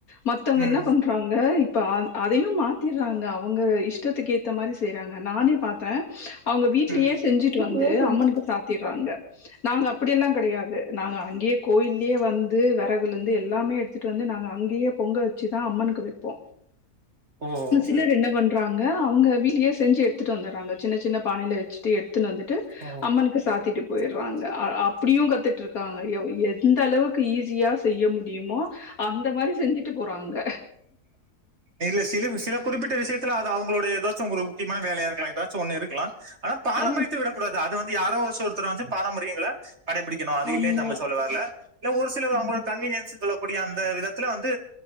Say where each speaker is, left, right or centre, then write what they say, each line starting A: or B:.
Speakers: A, on the left; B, on the right.
A: மத்தவங்க
B: ம்
A: என்ன பண்றாங்க இப்ப அ அதையு மாத்திற்றாங்க அவங்க இஷ்டத்துக்கு ஏத் தமாதிரி செய்றாங்க நானே பாத்தே அவுங்க வீட்லியே
B: ம்
A: செ ஞ்சுட்டு
B: வீட்லயே
A: வந்து
B: செஞ்சு
A: அம்மனுக்கு சாத்திற்றாங்க நாங்க அப்படியெல்லா கெடையாது நாங்க அங்க்யே கோயில்யே வந்து வெறகுலிர்ந்து எல்லாமே எடுத்துட்டு வந்து நாங்க அங்கியே பொங்க வெச்சி தா அம்மன் னுக்கு வெப்போ
B: ஓ
A: ஆன சிலர்
B: ம்
A: என்ன பண்றாங்க அவுங்க வீட்லியே செஞ்சு எட்த்துட் வந்தற்றாங்க சின்ன சின்ன பானையில வெச் டு வந்துட்டு
B: ஓ
A: அம்மனுக்கு சாத்திட்டு போய்றாங்க
B: சாப்ட்டுக்கிறீங்களா
A: அ அப்புடியு கத்துட்ருக்காங்க எவ் எந்த அளவுக் கு ஈஸியா செய்ய முடியுமோ அந்த மாரி செஞ்சுட்டு போறாங்க
B: இல்ல சில விஸ் சில குறிப்பிட்ட விசியத் த்த அது அவுங்களுட ஏதாச்சும் ஒரு முக்கிமான வேலையா இருக்லா எதாச்சும் ஒன்னு இருக்லா ஆனா பாரம்பரியத்த
A: ஆ
B: விடகூடாது அது வந் யாரோ ஒருசில ஒருத்தராஞ்சு பாரம்பரியங்கள கடைபிடிக்கனோ அது
A: ஆமா.
B: இல்லேன் நம்ப சொல்ல வர்ல இல்ல ஒரு சிலவு
A: ம்.
B: அவுங்களோட் கன்வீனியன்ஸுகள டைம் அந்த விதத்துல வந்து